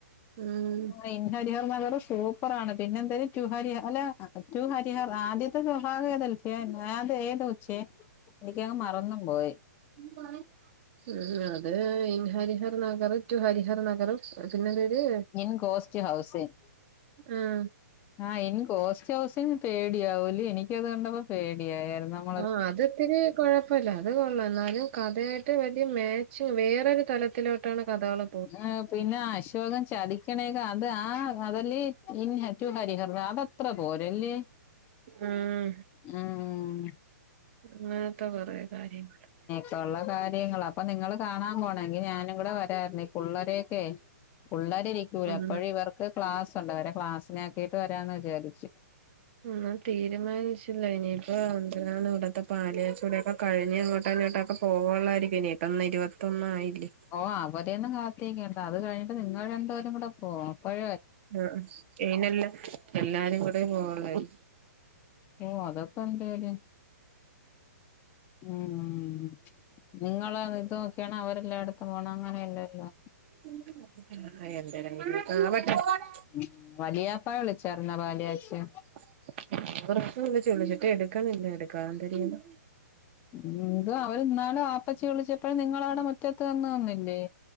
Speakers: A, on the right (about 40°); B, on the left (about 20°).
A: ഉം
B: ആഹ് ഇൻ ഹരിഹർനഗർ സൂപ്പറാണ് പിന്നെന്തേനു ടു ഹരിഹർ അല്ല ടു ഹരിഹർ ആദ്യത്തെ <unintelligible> അത <unintelligible> അത് ഏത കൊച്ചേ എനിക്കങ് മറന്നും പോയി
A: <unintelligible> ഉം അത് ഇൻ ഹരിഹർ നഗർ ടു ഹരിഹർ നഗർ പിന്നെ വര്
B: ഇൻ ഗോസ്റ്റ് ഹൗസിങ്
A: ആഹ്
B: ആഹ് ഇൻ ഗോസ്റ്റ്ഹൗസിങ് പേടിയാ ഓല് എനിക്കത് കണ്ടപ്പോ പേടിയായാര്ന്നു അപ്
A: ആഹ് അത് ത്തിരി കൊഴ പ്പല്ല അത് കൊള്ള എന്നാലും കഥയായിട്ട് വല്യ മാച്ചിങ് വേറൊരു തലത്തിലോട്ടാണ് കഥാള്
B: ഏ പ് പിന്നെ അശോകൻ ചതിക്കണൊക്കെ അത് ആ അതല്ലേ ഇൻ ടു ഹരിഹർ അതൊ ത്ര പോരല്ലേ
A: ഉം
B: ഉം
A: ങ്ങേത്തെ കൊറേ കാര്യങ്ങള്
B: ത്തൊള്ള കാര്യങ്ങള് അപ്പൊ നിങ്ങള് കാണാൻ പോണെങ്കി ഞാനും കൂടെ വരാര്ന്നു ഈ പുള്ളേരൊക്കെ പുള്ളരിരിക്കൂല
A: ഉം
B: അപ്പഴും ഇവർക്ക് ക്ലാസുണ്ട് അവരെ ക്ലാസ്സിനാക്കിട്ട് വരാന്ന് വിചാരിച്ചു
A: ഒന്നും തീരുമാനിച്ചില്ല ഇനിയിപ്പോ എന്തിനാണ് ഇവ്ട്ത്തെ പാല് കാച്ചൂടിയൊക്കെ കഴിഞ് അങ്ങോട്ടോ ഇങ്ങോട്ടൊക്കെ പോവള്ളായിരിക്കും ഇനിപ്പൊ ഇന്ന് ഇരുപത്തൊന്നായില്ലേ
B: ഓ അവരെയൊന്നും കാത്തിക്കണ്ടോ അത് കഴിഞ്ഞിട്ട് നിങ്ങൾ രണ്ട് പേരും കൂടെ പോ അപ്പോഴ
A: ആ അ ഇയ്നെല്ലം എല്ലാരും കൂടെ പോവൊള്ളായി
B: ഓ അതൊക്കെ എന്തേലും ഉം നിങ്ങള് ഇത് നോക്ക്യാണോ അവരെല്ലാട്ത്തും പോണം അങ്ങനെയല്ലല്ലോ
A: <unintelligible>
B: ഉം വലിയാപ്പ വിളിച്ചാർന്നോ പാല് കാച്ച്
A: <unintelligible> വിളിച്ച്ട്ട് എടുക്കുന്നില്ല എടുക്കാ ന്തെരെയ്യ്ന്നു
B: ഉം ഇത് അവർന്നാളും അപ്പച്ചി വിളിച്ചപ്പഴും നിങ്ങളവടെ മുറ്റത്ത് വന്ന് നിന്നില്ലേ